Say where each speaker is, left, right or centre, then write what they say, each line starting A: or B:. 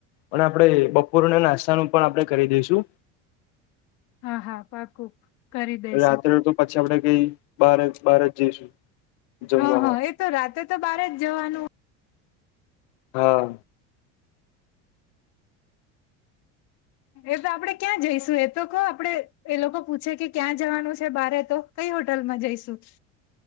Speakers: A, on the left; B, on the left.
A: અને આપડે બપોરને નાસ્તાનું પણ આપણે કરી દઈશું.
B: હા હા પાકું કરી દઈશું
A: રાત્રે તો પછી આપડે કઈ બાર જ બારજ જઈશું. જમવા
B: હા હા
A: માટે
B: એ તો રાતે તો બારે જ જવાનું હો
A: હા
B: એ તો આપડે ક્યાં જઈશું એ તો કહો આપડે એ લોકો પૂછે કે ક્યાં જવાનું છે બારે તો. કઈ હોટલ માં જઈશું.